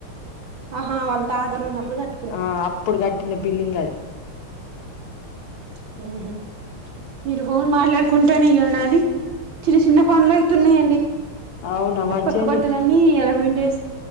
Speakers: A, on the right (about 65°); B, on the left (about 85°).
A: ఆహా వాళ్ళ తాతలు ఉనప్పుడు కట్
B: ఆ అప్పుడు కట్టిన బిల్లింగ్ అది
A: హూ హమ్ మీరు ఫోన్ మాట్లాడుకుంటేనే కానీ <unintelligible> అది చిన్న చిన్న పనులు అయితున్నాయండి
B: అవునా మరి
A: పక్క
B: చేంజ్
A: బట్టలన్ని ఇయాల పిండేసి